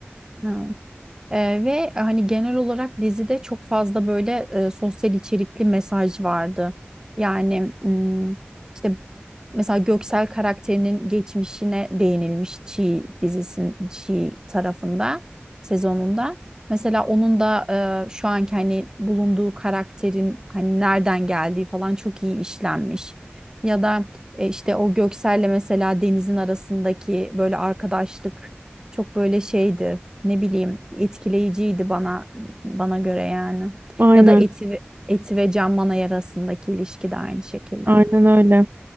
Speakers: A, on the right; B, on the right.
A: Ha. E, ve hani genel olarak dizide çok fazla böyle e, sosyal içerikli mesaj vardı yani. hmm, işte mesela Göksel karakterinin geçmişine değinilmiş Çiğ dizisinin Çiğ tarafında sezonunda. Mesela onun da e, şu anki hani bulunduğu karakterin hani nereden geldiği falan çok iyi işlenmiş. Ya da e, işte o Göksel'le mesela Deniz'in arasındaki böyle arkadaşlık çok böyle şeydi. Ne bileyim etkileyiciydi bana bana göre yani.
B: Aynen
A: Ya da Eti ve, Eti ve Can Manay arasındaki ilişki de aynı şekilde.
B: aynen öyle.